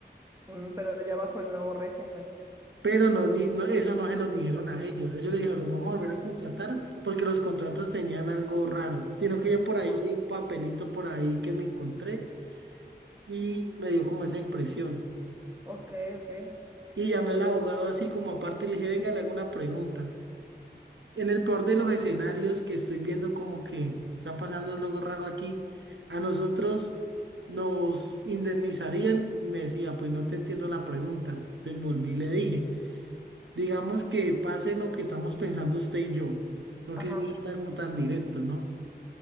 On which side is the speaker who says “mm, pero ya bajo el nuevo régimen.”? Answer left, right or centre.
Right